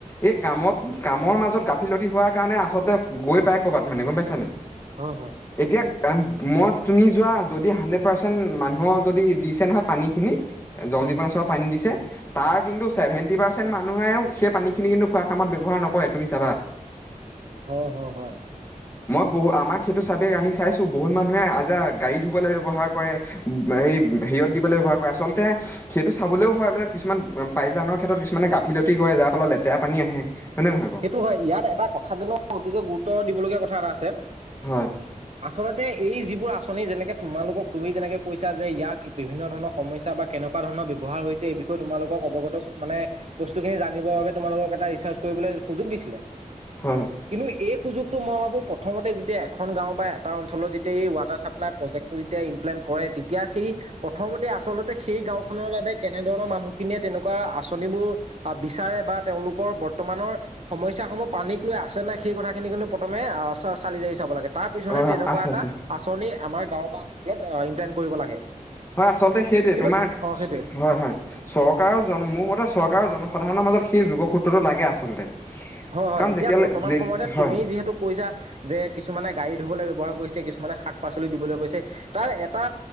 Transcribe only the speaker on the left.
এই কামত কামৰ মাজত গাফিলতি হোৱাৰ কাৰণে আচলতে গৈ পাই ক'ৰবাত মানে গম পাইছা নাই
এতিয়া কাৰন মই তুমি যোৱা যদি হাড্ৰেড পাৰ্চেণ্ট মানুহৰ যদি দিছে নহয় পানীখিনি জল
জীৱন ওচৰৰ পানী দিছে তাৰ কিন্তু চেভেনণ্টি পাৰ্চেণ্ট মানুহেও সেই পানীখিনি কিন্তু খোৱা কামত ব্যৱহাৰ নকৰে তুমি চাবা
মই বহু আমাক সেইটো চাইডে আমি চাইছো বহুত মানুহে আ যা গাড়ী ধুবলৈ ব্যৱহাৰ কৰে এই হেৰিয়ত দিবলে ব্যৱহাৰ কৰে আচলতে সেইটো চাবলৈও হয় মানে কিছুমান পাইপ লাইনৰ ক্ষেত্ৰত কিছুমানে গাফিলতি কৰে যাৰ ফলত লেতেৰা পানী আহে হয় নে নহয় বাৰু
হয়
হয়
অ
আছে
আছে
হয় আচলতে সেইটোৱে
তোমাৰ
হয় হয় চৰকাৰৰ জন মোৰ মতে চৰকাৰৰ জনসাধাৰণৰ মাজত সেই যোগসূত্ৰটো লাগে আচলতে
কাৰণ
যেতিয়ালৈ
যে
হয়